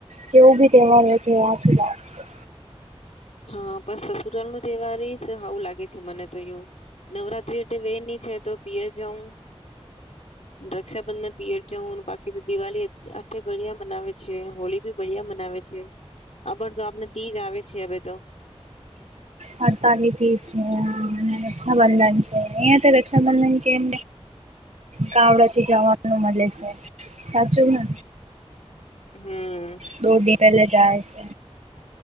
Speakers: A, on the right; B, on the left.
A: કેવો બી તહેવાર તહેવાથી લ છે.
B: હા પણ સસુરાલ નો તહેવાર આવું લાગે છે મને તો એ નવરાત્રી એ વે છે તો પીએ જઉં રક્ષાબંધન પિયર જઉું બાકી તો દિવાળી આલી બિયા મનાવે છે હોળી બી બિયા મ આણ તો આપને તીજ આવે છે હવે તો
A: હડતાલીથી છે રક્ષાબંધન છે અહિયાં તો રક્ષાબંધન કેમ ગાવડા થી જવાનું મળે છે સાચું ને
B: હમ
A: દો દિન પહેલે જાય છે